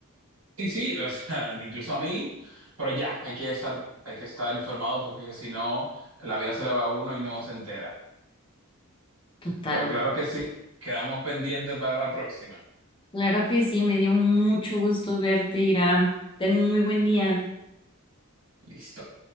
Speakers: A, on the right (about 70°); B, on the left (about 25°).
A: Sí, sí, o sea, incluso a mí, pero ya, hay que estar, hay que estar informado porque si no, la vida se le va a uno y no se entera.
B: Total.
A: Pero claro que sí, quedamos pendientes para la próxima.
B: Claro que sí, me dio mucho gusto verte, Irán. Ten muy buen día.
A: Listo.